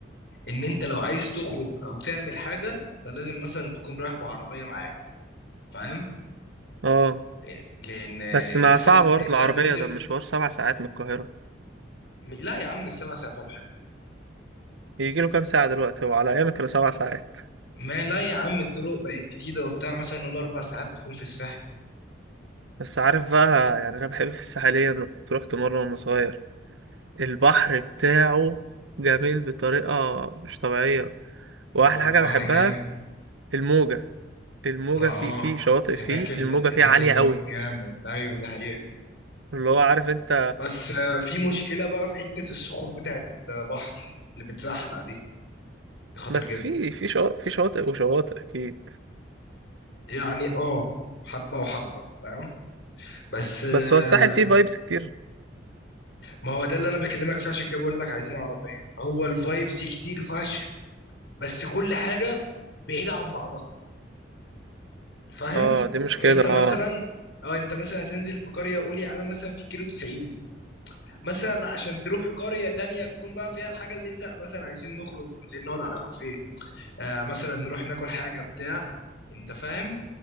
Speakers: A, on the left (about 65°); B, on the right (about 85°).
A: ان انت لو عايز تخرج او تعمل حاجه انت لازم مثلا تكون رايح بعربيه معاك فاهم
B: اه
A: لان لأن
B: بس ما
A: مثلا
B: صعب
A: انت
B: برضه
A: أنت
B: العربية
A: هتنزل
B: ده مشوار سبع ساعات من القاهرة
A: لا يا عم السبع ساعات ولا حاجه
B: يجي له كام ساعة دلوقتي هو على أيامي كانوا سبع ساعات
A: ما لا يا عم الطرق بقت جديده وبتاع مثلا نقول اربع ساعات تكون في الساحل
B: بس عارف بقى يعني أنا بحب في الساحلية أنا كنت روحت مرة وأنا صغير البحر بتاعه جميل بطريقة مش طبيعية وأحلى
A: هو البحر
B: حاجة بحبها
A: جامد
B: الموجة الموجة
A: ما اه
B: فيه فيه شواطئ فيه
A: هناك ال...
B: الموجة فيه
A: هناك
B: عالية
A: الموج
B: قوي
A: جامد ايوه ده حقيقة
B: اللي هو عارف أنت
A: بس آه، في مشكلة بقى في حتة الصخور بتاعة البحر اللي بتزحلق دي دي خطر
B: بس
A: جدا
B: في في شواطئ في شواطئ وشواطئ أكيد
A: يعني اه حبة وحبة فاهم بس آه،
B: بس هو الساحل فيه فايبس كتير
A: ما هو ده اللي انا بكلمك فيه عشان كده بقول لك عايزين عربية هو الفايبس كتير فشخ بس كل حاجة بعيدة عن بعضها فاهم
B: اه دي مشكلة
A: يعني انت
B: اه
A: مثلا اه انت مثلا هتنزل في قرية قول يا عم مثلا في الكيلو 90 مثلا عشان تروح قرية تانية تكون بقى فيها الحاجة اللي انت مثلا عايزين نخرج بالليل نقعد على كافيه آه مثلا نروح ناكل حاجه بتاع انت فاهم